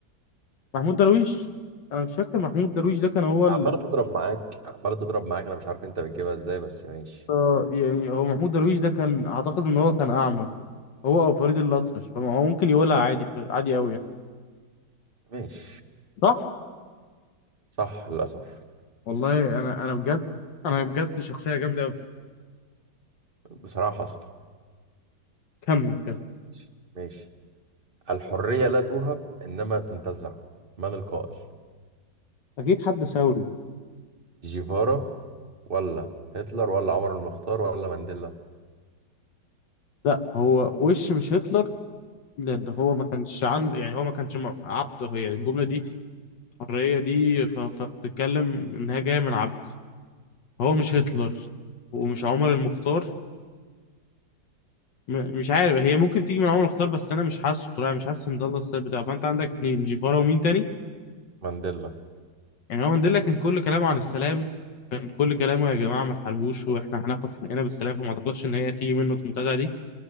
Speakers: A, on the left (about 75°); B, on the right (about 30°).
A: محمود درويش أنا مش فاكر محمود درويش ده كان هو ال...
B: عمالة تضرب معاك عمالة تضرب معاك انا مش عارف انت بتجيبها ازاي بس ماشي
A: آه، يعني هو محمود درويش ده كان أعتقد إن هو كان أعمى هو أو فريد الأطرش فهو ممكن يقولها عادي عادي أوي يعني
B: ماشي
A: صح؟
B: صح للأسف
A: والله انا انا بجد انا بجد شخصيه جامده قوي
B: بصراحة حصل
A: كمل كمل
B: ماشي ماشي. الحرية لا توهب انما تنتزع من القائل
A: اكيد حد ثوري
B: جيفارا ولا هتلر ولا عمر المختار ولا مانديلا
A: لا هو وش مش هتلر لان هو ما كانش عنده يعني هو ما كانش م- عبد هي الجمله دي الحريه دي ف- فبتتكلم انها جايه من عبد هو مش هتلر ومش عمر المختار م- مش عارف هي ممكن تيجي من عمر المختار بس انا مش حاسه بصراحه يعني مش حاسس ان ده الله السبب بتاعه فانت عندك اتنين جيفارا ومين تاني
B: مانديلا
A: يعني هو مانديلا كان كل كلامه عن السلام كان كل كلامه يا جماعه ما تحاربوش واحنا هناخد حقنا بالسلام فما اعتقدش ان هي تيجي منه المنتزه دي